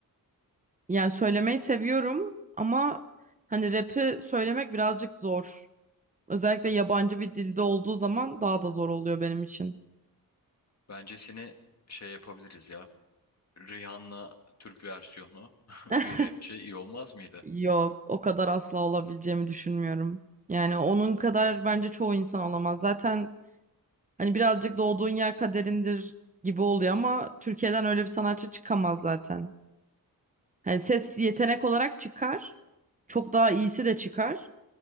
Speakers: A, on the right; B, on the left.
A: Yani söylemeyi seviyorum ama hani rap'i söylemek birazcık zor. Özellikle yabancı bir dilde olduğu zaman daha da zor oluyor benim için.
B: Bence seni şey yapabiliriz ya. Rihanna Türk versiyonu <laughs>
A: <laughs>
B: bir rapçi iyi olmaz mıydı?
A: Yok, o kadar asla olabileceğimi düşünmüyorum. Yani onun kadar bence çoğu insan olamaz. Zaten hani birazcık doğduğun yer kaderindir gibi oluyor ama Türkiye'den öyle bir sanatçı çıkamaz zaten. Hani ses yetenek olarak çıkar. Çok daha iyisi de çıkar.